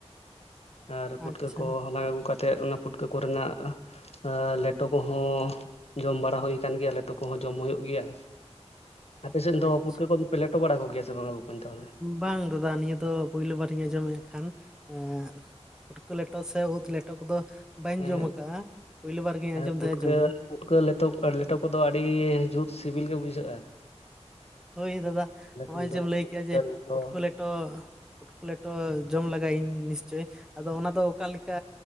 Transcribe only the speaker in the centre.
ᱟᱪᱪᱷᱟ
ᱟᱪᱪᱷᱟ
ᱵᱟᱝ ᱫᱟᱫᱟ ᱱᱤᱭᱟᱹ ᱫᱚ ᱯᱳᱭᱞᱳ ᱵᱟᱨᱤᱧ ᱟᱸᱡᱚᱢ ᱮᱜ ᱠᱷᱟᱱ, ᱮᱫ, ᱯᱩᱴ ᱠᱟᱹ ᱞᱮᱴᱚ ᱥᱮ ᱩᱫ ᱞᱮᱴᱚ ᱠᱚᱫᱚ ᱵᱟᱹᱧ
ᱡᱚᱢ ᱠᱟᱜᱼᱟ ᱯᱳᱭᱞᱳ ᱵᱟᱨ ᱜᱤᱧ ᱟᱸᱡᱚᱢ
ᱫᱚᱧ ᱟᱸᱡᱚᱢᱮᱜᱼᱟ᱾
ᱦᱳᱭ ᱫᱟᱫᱟ
ᱱᱚᱜᱼᱚᱭ
ᱡᱮᱢ ᱞᱟᱹᱭ
ᱠᱮᱜᱼᱟ ᱡᱮ
ᱯᱩᱴᱠᱟᱹ ᱞᱮᱴᱚ ᱞᱮᱴᱚ ᱡᱚᱢ ᱞᱟᱜᱟᱭᱤᱧ ᱱᱤᱥᱪᱳᱭ ᱟᱫᱚ ᱚᱱᱟᱫᱚ ᱚᱠᱟᱮᱠᱟᱼᱼ